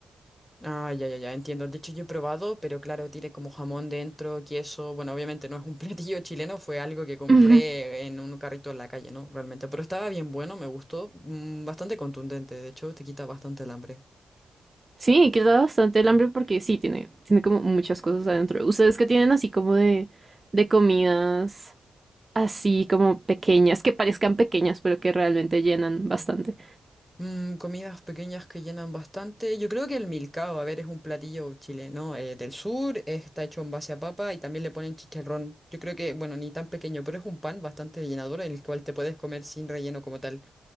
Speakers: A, in the centre; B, on the right.
A: Ah, ya, ya, ya, entiendo. De hecho, yo he probado, pero claro, tiene como jamón dentro, queso. Bueno, obviamente no es un <laughs> platillo chileno, fue algo que compré
B: Ujú.
A: en un carrito en la calle, ¿no? Realmente. Pero estaba bien bueno, me gustó. mm, bastante contundente, de hecho, te quita bastante el hambre.
B: Sí, quita bastante el hambre porque sí, tiene, tiene como muchas cosas adentro. ¿Ustedes que tienen así como de, de comidas así como pequeñas, que parezcan pequeñas, pero que realmente llenan bastante?
A: Mm, comidas pequeñas que llenan bastante. Yo creo que el milcao, a ver, es un platillo chileno eh, del sur, está hecho en base a papa y también le ponen chicharrón. Yo creo que, bueno, ni tan pequeño, pero es un pan bastante llenador, en el cual te puedes comer sin relleno como tal.